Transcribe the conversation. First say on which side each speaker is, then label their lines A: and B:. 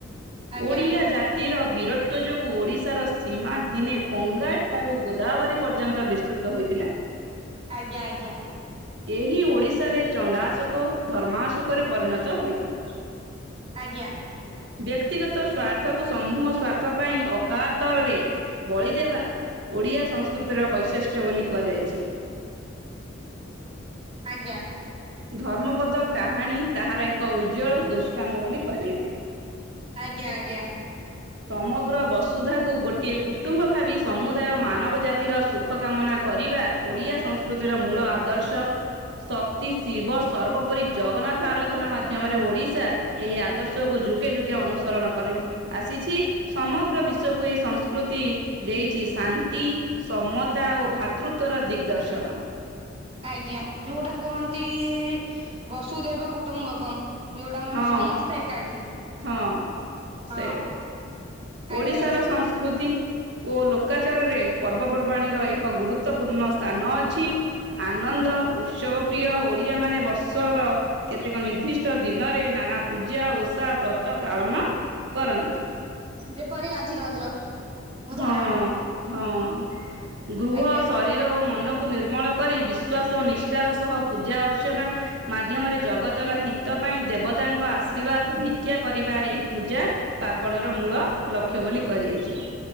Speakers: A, on the right; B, on the right.
A: ଆଜ୍ଞା
B: ଓଡିଆ ଜାତିର ବୀରତ୍ୱ ଯୋଗୁ ଓଡ଼ିଶାର ସୀମା ଦିନେ ଗଙ୍ଗା ଠାରୁ ଗୋଦାବରୀ ପର୍ଯ୍ୟନ୍ତ ବିସ୍ତୃତ ହୋଇଥିଲା।
A: ଆଜ୍ଞା, ଆଜ୍ଞା,
B: ଏହି ଓଡ଼ିଶାରେ ଚଣ୍ଡାଶୋକ ଧର୍ମାଶୋକରେ ପରିଣତ ହୋଇଥିଲେ।
A: ଆଜ୍ଞା।
B: ବ୍ୟକ୍ତିଗତ ସ୍ଵାର୍ଥକୁ ସମୂହ ସ୍ଵାର୍ଥ ପାଇଁ ଅକାତରରେ ବଳି ଦେବା ଓଡ଼ିଆ ସଂସ୍କୃତିର ବୈଶିଷ୍ଟ୍ୟ ବୋଲି କୁହାଯାଇଛି।
A: ଆଜ୍ଞା।
B: ଧର୍ମବଦ୍ଧ କାହାଣୀ ତାହାର ଏକ ଉଜ୍ଜ୍ୱଳ ଦୃଷ୍ଟାନ୍ତ ବୋଲି କୁହାଯାଇଛି।
A: ଆଜ୍ଞା ଆଜ୍ଞା।
B: ସମଗ୍ର ବସୁଧାକୁ ଗୋଟିଏ କୁଟୁମ୍ବ ଭାବି ସମୁଦାୟ ମାନବ ଜାତିର ସୁଖ କାମନା କରିବା ଓଡ଼ିଆ ସଂସ୍କୃତିର ମୂଳ ଆଦର୍ଶ ସ ଶିବ ସର୍ବୋପରି ଜଗନ୍ନାଥ ଆରାଧନା ମାଧ୍ୟମରେ ଓଡିଶା ଏହି ସେ ଶିବ ସର୍ବ ପରି ଜଗନଥ ଆରାଧନା ମାଧ୍ୟମରେ ଓଡ଼ିଶା ଏଇ ଆଦର୍ଶକୁ ଯୁଗେ ଯୁଗେ ଅନୁସରଣ କରେ ଆସିଛି ସମଗ୍ର ବିଶ୍ଵକୁ ଏଇ ସଂସ୍କୃତି ଦେଇଛି ଶାନ୍ତି, ସମତା ଓ ଭ୍ରାତୃତବର ଦିଗ୍ଦର୍ଶନ।
A: ଆଜ୍ଞା ଯୋଉଟା କୁହନ୍ତି ବସୁଦେବ କୁଟୁମ୍ବକମ୍ ଯୋଉଟା ମାନେ
B: ହଁ,
A: ସମସ୍ତେ ଏକାଠି,
B: ହଁ,
A: ହଁ।
B: ସେଇଆ
A: ଆଜ୍ଞା
B: ଓଡ଼ିଶାର
A: ଆଜ୍ଞା
B: ସଂସ୍କୃତି ଓ ଲୋକାଚାରରେ ପର୍ବପର୍ବାଣିର ଏକ ଗୁରୁତ୍ୱପୂର୍ଣ୍ଣ ସ୍ଥାନ ଅଛି, ଆନନ୍ଦ ଉତ୍ସବ ପ୍ର୍ରିୟ ଓଡ଼ିଆମାନେ ବର୍ଷର କେତେକ ନିର୍ଦ୍ଦିଷ୍ଟ ଦିନରେ ନାନା ପୂଜା ଓଷା ବ୍ରତ ପାଳନ କରନ୍ତି।
A: ଯେପରି ଆଜି ରଜ। ଉଦାହରଣ
B: ହଁ। ହଁ। ଗୃହ
A: ଆଜ୍ଞା
B: ଶରୀର ଓ ମନ ମନକୁ ନିର୍ମଳ କରି ବିଶ୍ୱାସ ଓ ନିଷ୍ଠାର ସହ ପୂଜା ଅର୍ଚ୍ଚନା ମାଧ୍ୟମରେ ଜଗତର ହିତ ପାଇଁ ଦେବତାଙ୍କ ଆଶୀର୍ବାଦ ଭିକ୍ଷା କରିବା ଏହି ପୂଜା ପାର୍ବଣର ମୂଳ ଲକ୍ଷ୍ୟ ବୋଲି କୁହାଯାଇଛି।